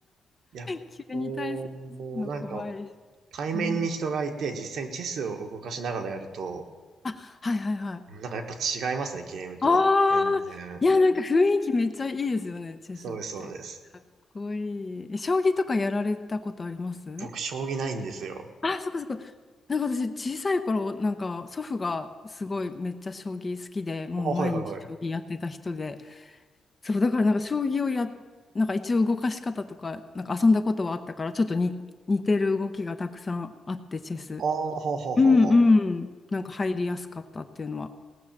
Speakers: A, on the right; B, on the left.
A: いや、
B: 急に対するの怖いし。
A: こう、なんか対面に人がいて実際にチェスを動かしながらやると、
B: うん、あ、はいはいはい。
A: なんかやっぱ違いますね、ゲームと。
B: ああ、
A: 全然。
B: いや、なんか雰囲気めっちゃいいですよね、チェスって。
A: そうです、そうです。
B: かっこいい。え将棋とかやられたことあります
A: 僕、将棋ないんですよ。
B: あ、そっかそっか。なんか私、小さい頃、なんか祖父がすごいめっちゃ将棋好きで、もう毎日将棋やってた人で、
A: あ、はいはいはい。
B: そう、だからなんか将棋をや、なんか一応動かし方とか、なんか遊んだことはあったから、ちょっとに似てる動きがたくさんあって、チェス。
A: ああ、ほうほうほうほう。
B: うんうん。なんか入りやすかったっていうのは